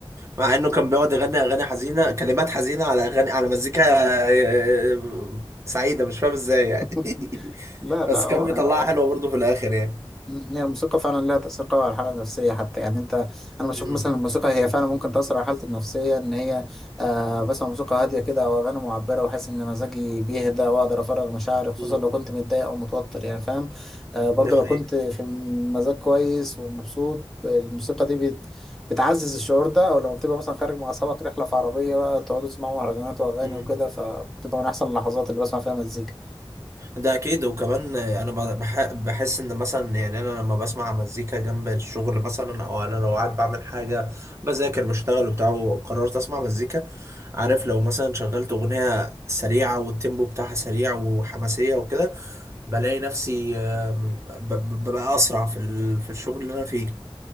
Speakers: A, on the right (about 30°); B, in the centre.
A: مع انه كان بيقعد يغني اغاني حزينه كلمات حزينه على اغاني على مزيكا آه، سعيده مش فاهم ازاي يعني
B: <laughs>
A: <laughs>
B: لا لا
A: بس
B: هو
A: كان بيطلعها حلوه برضه في الاخر يعني
B: مم. هي الموسيقى فعلا لها تأثير قوي على الحالة النفسية حتى يعني انت انا بشوف
A: امم
B: مثلا الموسيقى هي فعلا ممكن تأثر على حالتي النفسية ان هي آه بسمع موسيقى هادية كده او اغاني معبرة واحس ان مزاجي بيهدى واقدر افرغ مشاعري خصوصا
A: أمم.
B: لو كنت متضايق او متوتر يعني فاهم آه برضه
A: دي حقيقه
B: لو كنت في مزاج كويس ومبسوط الموسيقى دي بت بتعزز الشعور ده او لما بتبقى مثلا خارج مع اصحابك رحلة في عربية بقى تقعدوا تسمعوا مهرجانات واغاني
A: مم.
B: وكده فبتبقى من احسن اللحظات اللي بسمع فيها مزيكا
A: ده اكيد وكمان انا بح- بحس ان مثلا يعني انا لما بسمع مزيكا جنب الشغل مثلا او انا لو قاعد بعمل حاجه بذاكر بشتغل وبتاع وقررت اسمع مزيكا عارف لو مثلا شغلت اغنيه سريعه والتيمبو بتاعها سريع وحماسيه وكده بلاقي نفسي آم، ب- ب- ببقى اسرع في ال- في الشغل اللي انا فيه